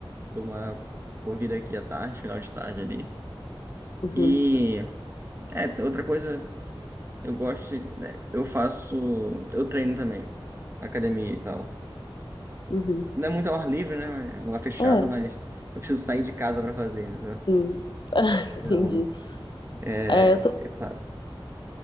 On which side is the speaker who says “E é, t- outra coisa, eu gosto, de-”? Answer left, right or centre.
Right